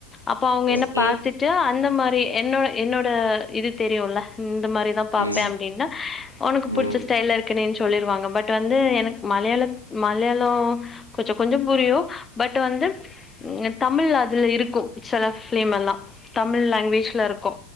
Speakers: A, on the left (about 20°); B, on the left (about 85°).
A: அப்போ அவுங்க
B: ஓகே
A: என்ன பார்த்துட்டு ஜா அந்த மாரி என்னோட என்னோட இது தெரியுல்ல இந்த மாரிதா பாப்பே
B: ம்
A: அப்டின்னா உனக்கு புடிச்ச
B: ம்
A: ஸ்டைல்ல இருக்குனே சொல்லிருவாங்க பட் வந்து எனக் மலையாள மலையாளோ கொஞ்ச கொஞ்ச புரியு பட் வந்து தமிழ் அதுல இருக்கு சில ஃபிலிம் எல்லா தமிழ் லாங்குவேஜ்ல இருக்கு